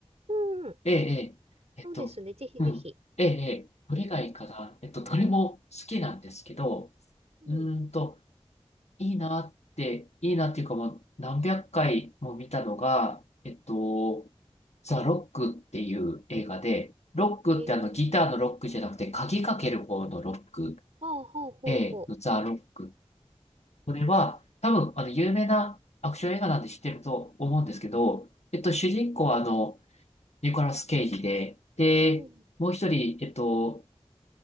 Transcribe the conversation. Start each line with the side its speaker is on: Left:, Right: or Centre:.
Right: うん。
Left: ええ、ええ。えっと、
Right: そうですね。ぜひぜひ。
Left: うん。ええ、ええ。どれがいいかなえっと、どれも好きなんですけど、
Right: うん。
Left: うーんと、いいなって、いいなっていうかもう何百回も見たのが、えっと、ザ・ロックっていう映画で、ロックってあのギターのロックじゃなくて鍵かける方のロック、
Right: えー。ほうほうほうほ
Left: A のザ・ロック。これは多分あの有名なアクション映画なんで知ってると思うんですけど、えっと主人公はあのニコラス・ケイジで、で、
Right: う。うん。
Left: もう一人、えっと、